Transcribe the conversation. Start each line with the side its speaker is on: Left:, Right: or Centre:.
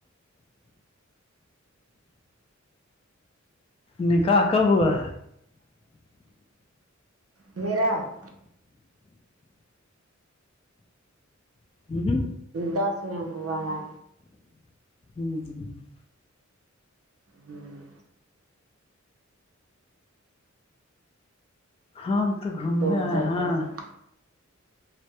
Left: نکاح کب ہوا
Right: میرا
Left: ہمم ہمم
Right: دس میں ہوا ہے
Left: <inaudible>
Right: ہوں
Left: ہم تو گھومنے
Right: دو ہزار
Left: آئے ہیں
Right: دس میں